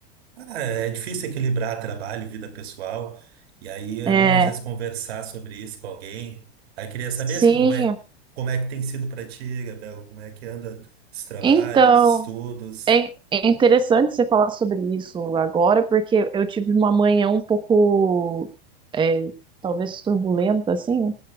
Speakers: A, on the right; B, on the right.
A: Ah, é difícil equilibrar trabalho e vida pessoal, e aí é
B: é,
A: bom às vezes conversar sobre isso com alguém. Aí queria saber,
B: sim,
A: assim, como é, como é que tem sido pra ti, Gabriela, como é que anda os trabalhos,
B: então,
A: estudos...
B: é, é interessante você falar sobre isso agora, porque eu tive uma manhã um pouco, é, talvez turbulenta, assim,